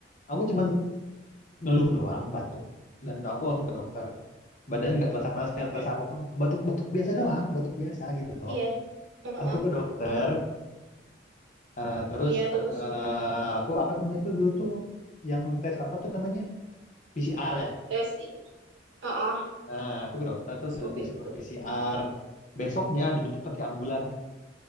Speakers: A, on the left (about 40°); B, on the right (about 65°).
A: Aku cuman ngeluh doang, batuk, dan aku langsung ke dokter. Badan nggak terasa panas, nggak
B: Mm-mm.
A: terasa apapun, batuk-batuk biasa doang, batuk biasa gitu loh.
B: Iya. Heeh.
A: Aku ke dokter, eh, terus
B: Iya terus
A: eh, aku apa namanya itu dulu tuh yang tes apa tuh namanya? PCR ya.
B: tes. Heeh.
A: Nah, aku ke dokter terus
B: pas COVID
A: disuruh
B: itu
A: PCR. Besoknya dijemput pakai ambulan.